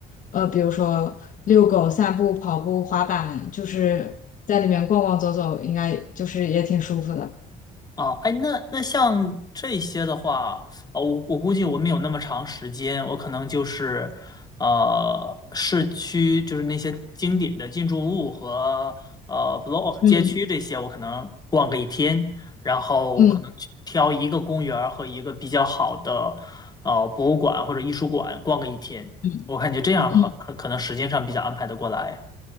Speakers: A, on the left (about 50°); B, on the left (about 25°).
A: 呃，比如说遛狗、散步、跑步、滑板，就是在里面逛逛走走，应该就是也挺舒服的。
B: 啊，哎，那那像这些的话，哦，我我估计我没有那么长时间，我可能就是，呃，市区就是那些经典的建筑物和呃 block
A: 嗯
B: 街区这些，我可能逛个一天，然后可能去挑一个公园儿和一个比较好的呃博物馆或者艺术馆逛个一天，
A: 嗯嗯。
B: 我感觉这样很可可能时间上比较安排得过来。
A: 嗯。